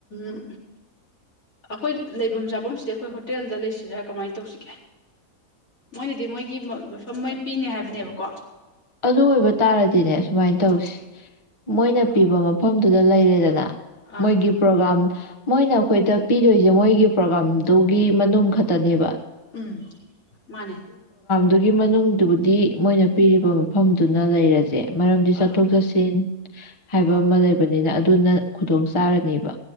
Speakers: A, on the left (about 70°); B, on the left (about 20°).
A: ꯎꯝ ꯑꯩꯈꯣꯏ ꯂꯩꯐꯝ ꯆꯥꯐꯝꯁꯤꯗꯤ ꯑꯩꯈꯣꯏ ꯍꯣꯇꯦꯜꯗ ꯂꯩꯁꯤꯔꯥ ꯀꯃꯥꯏ ꯇꯧꯁꯤꯒꯦ ꯃꯣꯏꯅꯗꯤ ꯃꯣꯏꯒꯤ ꯃꯐꯝ ꯃꯣꯏ ꯄꯤꯅꯦ ꯍꯥꯏꯕꯅꯦꯕꯀꯣ
B: ꯑꯗꯨ ꯑꯣꯏꯕ ꯇꯥꯔꯗꯤꯅꯦ ꯁꯨꯃꯥꯏꯅ
A: ꯑꯥ
B: ꯇꯧꯁꯤ ꯃꯣꯏꯅ ꯄꯤꯕ ꯃ ꯐꯝꯗꯨꯗ ꯂꯩꯔꯦꯗꯅ
A: ꯑꯥ
B: ꯃꯣꯏꯒꯤ ꯄ꯭ꯔꯣꯒꯥꯝ ꯃꯣꯏꯅ ꯑꯩꯈꯣꯏꯗ ꯄꯤ ꯗꯣꯏꯁꯦ ꯃꯣꯏꯒꯤ ꯄ꯭ꯔꯣꯒꯥꯝꯗꯨꯒꯤ ꯃꯅꯨꯡ ꯈꯛꯇꯅꯦꯕ
A: ꯎꯝ ꯃꯥꯅꯦ
B: ꯗꯨꯒꯤ ꯃꯅꯨꯡꯗꯨꯕꯨꯗꯤ ꯃꯣꯏꯅ ꯄꯤꯔꯤꯕ ꯐꯝꯗꯨꯅ ꯂꯩꯔꯁꯦ ꯃꯔꯝꯗꯤ
A: ꯑꯥ
B: ꯆꯠꯊꯣꯛ ꯆꯠꯁꯤꯟ ꯍꯥꯏꯕ
A: ꯍꯣꯏ
B: ꯑꯃ ꯂꯩꯕꯅꯤꯅ ꯑꯗꯨꯅ ꯈꯨꯗꯣꯡ ꯆꯥꯔꯅꯦꯕ